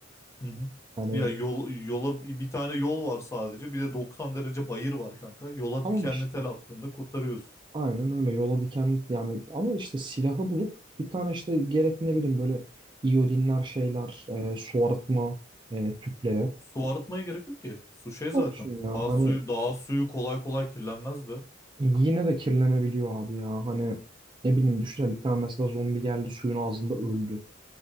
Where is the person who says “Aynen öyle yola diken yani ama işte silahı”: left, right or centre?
Right